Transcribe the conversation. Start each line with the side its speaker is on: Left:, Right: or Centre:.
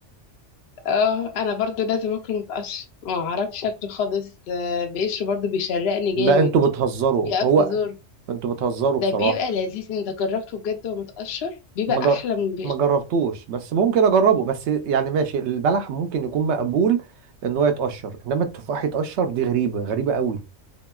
Left: اه أنا برضو لازم أكله متقشر ما أعرفش شكله خالص آه، بقشره برضو بيشرقني
Right: لا
Left: جامد
Right: انتوا بتهزروا
Left: بيقف
Right: هو
Left: زور
Right: انتوا بتهزروا بصراحة
Left: ده بيبقى لذيذ انت جربته بجد ومتقشر بيبقى
Right: ما جر-
Left: احلى من القشر
Right: ما جربتوش بس ممكن اجربه بس يعني ماشي البلح ممكن يكون مقبول ان هو يتقشر انما التفاح يتقشر دي غريبه غريبه قوي